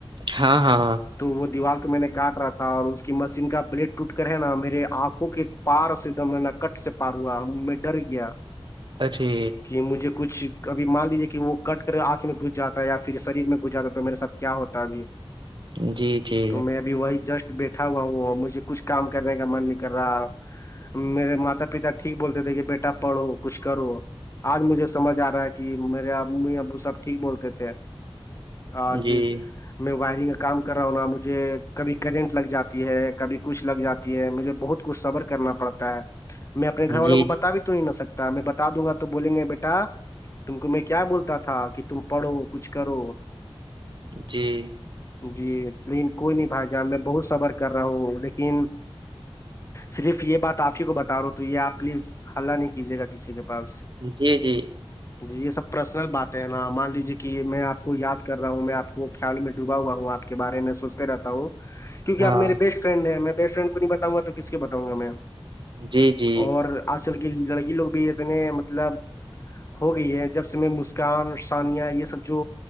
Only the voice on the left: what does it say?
تو وہ دیوار کو میں نے کاٹ رہا تھا اور اس کی مشین کا بلیڈ ٹوٹ کر ہے نا میرے آنکھوں کے پار سے دم ہے نا کٹ سے پار ہوا ہ میں ڈر گیا
کہ مجھے کچھ ابھیان لیجیے کہ وہ کٹ کر آنکھ میں گھس جاتا ہے یا پھر شریر میں گھساتا ہے تو میرے ساتھ کیا ہوتا ابھی
تو میں بھی وہی جسٹ بیٹھا ا ہو مجھے کچھ کام کرنے کا من نہیں کر رہا میرے ماتا پتا ٹھیک بولتے تھے کہ بیٹا پڑھو کچھ کرو آج مجھے سمجھ آ رہا ہے کہ میرے امی ابو سب ٹھیک بولتے تھے آج
میں وائرنگ کا کام کر رہا ہوں نا مجھے کبھی کرنٹ لگ جاتی ہے کبھی کچھ لگ جاتی ہے مجھے بہت کچھ صبر کرنا پڑتا ہے میں اپنے گھر والوں
کو بتا بھی تو نہیں نہ سکتا ہے میں بتا دوں گا بولیں گے بیٹا تم کو میں کیا بولتا تھا کہ تم پڑھو کچھ کرو
جی لیکن کوئی نہیں بھائی جان میں بہت صبر کر رہا ہوں لیکن صرف یہ بات آپ ہی کو بتا رہا ہوں تو یہ آپ پلیز ہلہ نہیں کیجیے گا کسی کے پاس
جی یہ سب پرسنل بات ہے نا مان لیجیے کہ میں آپ کو یاد کر رہا ہوں میں آپ کو خیال میں ڈوبا ہوا ہوں آپ کے بارے میں سوچتے رہتا ہوں کیوںک
آپ میرے بیسٹ فرینڈ ہیں میں بیسٹ فرینڈ کو نہیں بتاؤ گا تو کس کے بتاؤں گا میں
اور آج کل کے لڑکی لوگ بھی اتنے مطلب ہو گئی ہے جب سے میں مسکان ثانیہ یہ سب جو